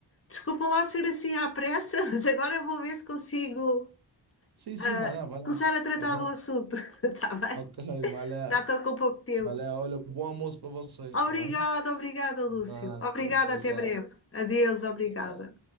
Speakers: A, on the left; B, on the right.
A: desculpa lá ser assim à pressa, <laughs> mas agora vou ver se consigo
B: Sim, sim,
A: ah,
B: vai lá, vai lá.
A: começar a tratar
B: Aham.
A: do assunto. <laughs> Está bem?
B: Ok, vai lá,
A: Já estou com pouco tempo.
B: vai lá. Olha, bom almoço para vocês,
A: Obrigada,
B: está bem?
A: obrigada, Lúcio.
B: Nada,
A: Obrigada,
B: até
A: até
B: já.
A: breve. Adeus, obrigada.
B: Até breve.